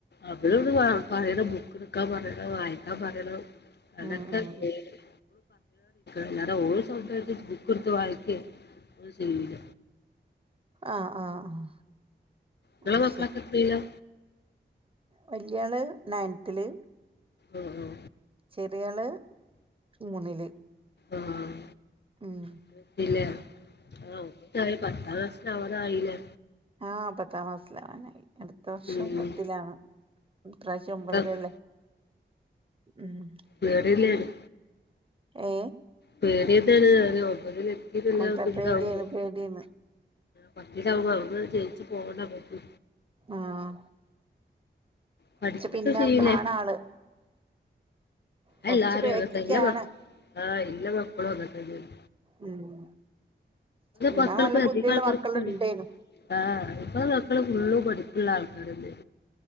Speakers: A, on the left; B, on the right.
A: അവളോട് ആഹ് പറയണം ബുക്കെടുക്കാൻ പറയണ വായിക്കാൻ പറയണം. അതക്കെ
B: ഉം ഉം
A: <unintelligible> അല്ലാതെ ഓള് സ്വന്തം ബുക്കെടുത്ത് വായിക്കെ അങ്ങനൊന്നും ചെയ്യൂല.
B: ആഹ് ആഹ്
A: ങ്ങളെ
B: അത്
A: മക്കളക്കെ എത്രേയ്ലാ?
B: വല്ല്യാള് ണയൻത്തില്.
A: ആഹ് ആഹ്
B: ചെറിയാള് മൂന്നില്.
A: ആഹ്
B: ഉം
A: അത്രെത്തിലേ ആഹ് ഒമ്പതായ പത്താം ക്ലാസ്സി നാവാറായിലെ?
B: ആഹ് പത്താം ക്ലാസ്സിലാവാനായി. അടുത്ത വർഷം
A: ഉം
B: പത്തിലാണ് ഇപ്രാവശ്യം ഒമ്പതിലല്ലേ
A: ആഹ്
B: <unintelligible>
A: വേറില്ലേനു
B: ഏ
A: വേറതാണ് ഒമ്പതിൽ എത്തില്ലക്ക
B: അതാ പേടിയാണ്
A: ഇതാവും വേണം
B: പേടിയാണ്
A: പതിലാവുംമ്പ അവടുന്ന് ജയിച്ചു പോവണ്ട അവ്ക്
B: ആഹ
A: പഠിച്ചിട്ട്
B: പിന്നോക്കാണ്
A: സീനെ
B: ആള് കൊറച്ച്
A: എല്ലാരും
B: ബേക്കിക്കാണ്
A: അങ്ങനെ തന്നെ എല്ല മക്ക ആഹ് എല്ല മക്കളും അങ്ങനെ തന്നെണ്
B: ഉം എന്നാ
A: മക്കൾക്ക്
B: നല്ല ബുദ്ധിയുള്ള
A: അധികം ആൾക്കാർക്ക്
B: മക്കൾ
A: പേടി
B: ഉണ്ടേനു
A: ആഹ് ഇപ്പൊ മക്കള് ഫുള്ള് പഠപ്പുള്ള ആൾക്കാരെന്നെ